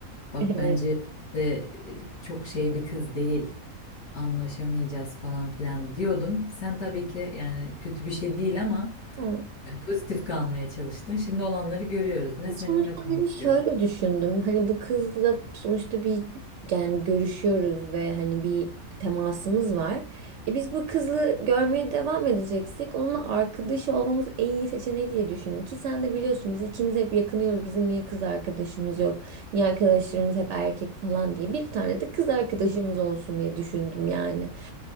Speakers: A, on the left (about 70°); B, on the right (about 65°).
A: Bak
B: Evet.
A: bence işte e, çok şey bir kız değil. Anlaşamayacağız falan filan diyordum. Sen tabii ki yani kötü bir şey değil ama
B: Ya.
A: e, pozitif kalmaya çalıştın. Şimdi olanları görüyoruz. Ne seninle
B: Sonuçta
A: konuşuyor.
B: hani şöyle düşündüm. Hani bu kızla sonuçta bir yani görüşüyoruz ve hani bir temasımız var. E biz bu kızı görmeye devam edeceksek onunla arkadaş olmamız en iyi seçenek diye düşündüm. Ki sen de biliyorsun biz ikimiz hep yakınıyoruz. Bizim niye kız arkadaşımız yok? Niye arkadaşlarımız hep erkek falan diye. Bir tane de kız arkadaşımız olsun diye düşündüm yani.